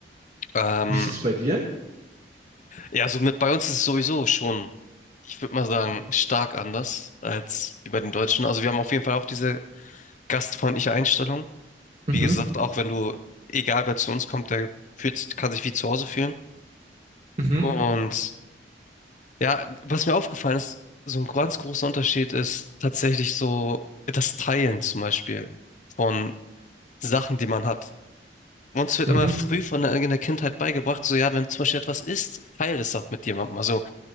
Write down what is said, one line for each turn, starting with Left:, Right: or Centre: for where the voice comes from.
Left: Ähm,
Right: Wie ist es bei dir?
Left: ja, so mit bei uns ist es sowieso schon, ich würde mal sagen, stark anders als bei den Deutschen. Also wir haben auf jeden Fall auch diese gastfreundliche Einstellung.
Right: Mhm,
Left: Wie gesagt, auch wenn du, egal wer zu uns kommt, der fühlt, sich- kann sich wie zu Hause fühlen.
Right: mhm,
Left: Und ja, was mir aufgefallen ist, so ein ganz großer Unterschied ist tatsächlich so das Teilen zum Beispiel von Sachen, die man hat. Uns wird
Right: mhm.
Left: immer früh von der, in der Kindheit beigebracht, so ja, wenn zum Beispiel etwas ist, teile es auch mit jemandem. Also